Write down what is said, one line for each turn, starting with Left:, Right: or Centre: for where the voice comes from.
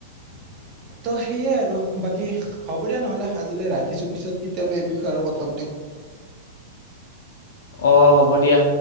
Left: <inaudible>
Right: ত' সেয়াই আৰু বাকী হ'ব দিয়া নহ'লে, আজিলৈ ৰাখিছো। পিছত কেতিয়াবা এই বিষয়ে আৰু কথা পাতিম।
Left: অ হ'ব দিয়া!